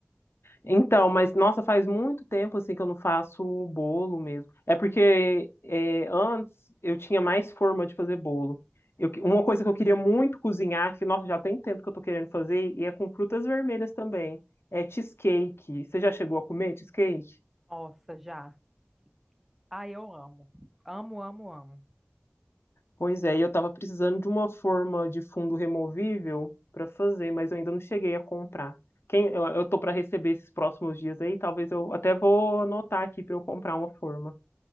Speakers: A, on the left (about 75°); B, in the centre.
A: Então, mas nossa, faz muito tempo assim que eu não faço bolo mesmo. É porque é, antes eu tinha mais forma de fazer bolo. Eu que- uma coisa que eu queria muito cozinhar, que nossa, já tem tempo que eu tô querendo fazer, e é com frutas vermelhas também. É cheesecake. Você já chegou a comer cheesecake?
B: Nossa, já. Ai, eu amo. Amo, amo, amo.
A: Pois é, e eu tava precisando de uma forma de fundo removível para fazer, mas eu ainda não cheguei a comprar. Quem, eu, eu tô para receber esses próximos dias aí, talvez eu até vou anotar aqui para eu comprar uma forma.